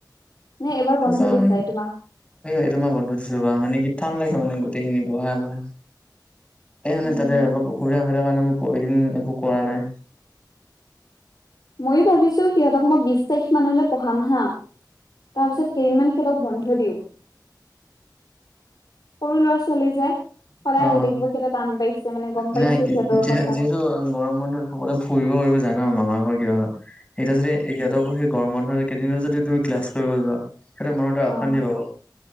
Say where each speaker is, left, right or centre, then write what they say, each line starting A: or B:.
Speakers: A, on the left (about 65°); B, on the left (about 15°).
A: নে এবাৰ
B: টিউচন
A: বন্ধ দিছে এইটো মাহ?
B: এইটো মাহ বন্ধ দিছোঁ ৰবা, মানে কি টান লাগে মানে গোটেই খিনি পঢ়াই পঢ়াই। এ মানে
A: উম
B: তাতে অলপ অসুবিধা হয় থকা কাৰণে মই এইকেইদিন একো কৰা নাই।
A: মই ভাবিছো সিহঁতক মই বিশ তাৰিখ মানলে পঢ়াম হা। তাৰ পিছত কেইদিনমান সিহঁতক বন্ধ দিওঁ। সৰু ল'ৰা - ছোৱালী যে, সদায়
B: অ
A: আহি
B: অ
A: থাকিব সিহঁতে টান পাইছে মানে গম
B: নাই
A: পাইছো সিহঁতৰ
B: যিহেতু
A: কথাত।
B: গৰম বন্ধত সকলোৱে ফুৰিব কৰিব যায় ন। মামা ঘৰ কিবা ঘৰ। এতিয়া যদি সিহঁতকো সেই গৰম বন্ধ কেইদিনো যদি তুমি ক্লাছ কৰিব যোৱা। সিহঁতে মনত এটা অশান্তি
A: অ'
B: পাব